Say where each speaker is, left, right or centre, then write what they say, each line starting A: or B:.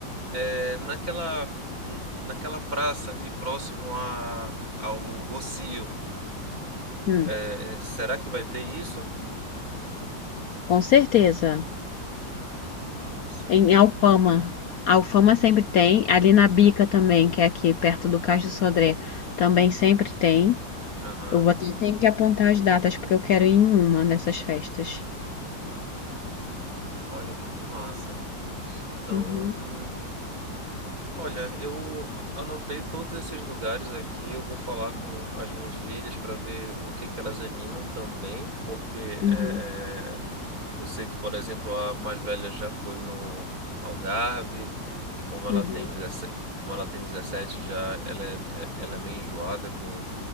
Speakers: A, on the right; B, on the left.
A: é, naquela, naquela praça ali próximo a, ao Rossio.
B: Hum,
A: É, será que vai ter isso?
B: com certeza.
A: Ah, massa.
B: Em Alfama. Alfama sempre tem. Ali na Bica também, que é aqui perto do Cais do Sodré, também sempre tem.
A: Aham,
B: Eu vou ter tenho que apontar as datas, porque eu quero ir em uma dessas festas.
A: que legal. Olha, muito massa. Então.
B: Uhum,
A: Olha, eu anotei todos esses lugares aqui. Eu vou falar com as minhas filhas para ver o que que elas animam também, porque
B: uhum,
A: é, é, eu sei que, por exemplo, a mais velha já foi no Algarve e como ela
B: uhum,
A: tem 17, como ela tem 17 já ela é, é- ela é meio enjoada com